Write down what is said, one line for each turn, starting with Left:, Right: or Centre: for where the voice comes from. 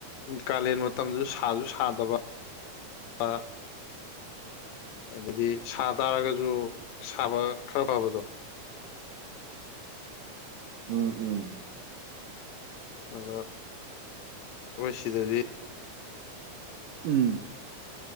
Left: ꯀꯥꯂꯦꯟ ꯃꯇꯝꯗꯁꯨ ꯁꯥꯁꯨ ꯁꯥꯗꯕ ꯑ ꯑꯗꯗꯤ ꯁꯥ ꯇꯥꯔꯒꯁꯨ ꯁꯥꯕ ꯈꯔ ꯐꯕꯗꯣ
Right: ꯎꯝ ꯎꯝ
Left: ꯑꯗ ꯑꯈꫭꯏ‌ ꯁꯤꯗꯗꯤ
Right: ꯎꯝ